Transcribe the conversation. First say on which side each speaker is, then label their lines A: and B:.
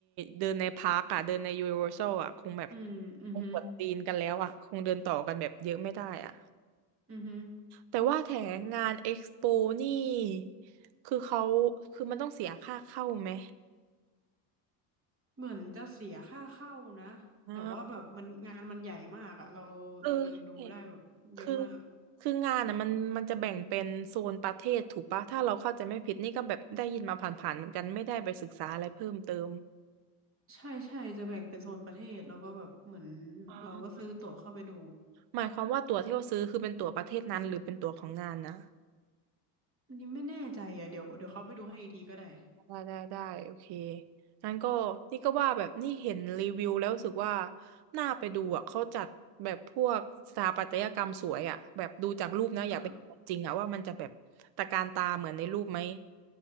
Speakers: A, on the right; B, on the right.
A: เดินในพาร์คอะเดินในยูนิเวอร์แซลอะคงแบบ
B: อืมอือฮึ
A: คงปวดตีนกันแล้วอะคงเดินต่อกันแบบเยอะไม่ได้อะ
B: อือฮึ
A: แต่ว่าแถงงานเอ็กซ์โปนี่คือเขาคือมันต้องเสียค่าเข้าไหม
B: เหมือนจะเสียค่าเข้านะ
A: อ่า
B: แต่ว่าแบบมันงานมันใหญ่มากอะเราเราเดินดูได้แบบเยอะมาก
A: คือใช่คือคืองานอ่ะมันมันจะแบ่งเป็นโซนประเทศถูกปะถ้าเราเข้าใจไม่ผิดนี่ก็แบบได้ยินมาผ่านๆเหมือนกันไม่ได้ไปศึกษาอะไรเพิ่มเติม
B: ใช่ใช่จะแบ่งเป็นโซนประเทศแล้วก็แบบเหมือน
A: อ๋อ
B: เราก็ซื้อตั๋วเข้าไปดู
A: หมายความว่าตั๋วที่เราซื้อคือเป็นตั๋วประเทศนั้นหรือเป็นตั๋วของงานนะ
B: อันนี้ไม่แน่ใจอะเดี๋ยวเดี๋ยวเขาไปดูให้อีกทีก็ได้
A: ได้ได้ได้โอเคงั้นก็นี่ก็ว่าแบบนี่เห็นรีวิวแล้วรู้สึกว่าน่าไปดูอ่ะเขาจัดแบบพวกสถาปัตยกรรมสวยอ่ะแบบดูจากรูปนะอยากไปเห็นของจริงอ่ะว่ามันจะแบบตระการตาเหมือนในรูปไหม
B: เออ